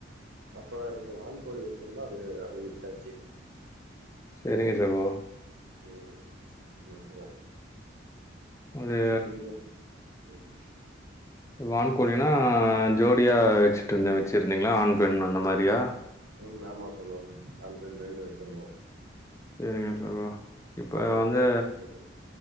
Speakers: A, on the right (about 75°); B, on the left (about 15°).
A: அப்றோ ரெண்டு வான்கோழி வெச்சிருந்தோ அத வித்தாச்சு
B: சேரிங்க சகோ
A: ம் என்ன சொல்ல
B: அது
A: இப்ப கினிகோ ம்
B: இப்போ வான்கோழினா ஜோடிய வெச்சுட்டுருந்து வெச்சுருந்தீங்களா ஆண், பெண் அந்த மாதிரியா
A: ம் ஆமா சகோ ஆண், பெண் ரெண்டு வெச்சிருந்தோ
B: சேரிங்க சகோ இப்போ
A: அத வித்தாச்சு
B: வந்து
A: ரெண்டுமே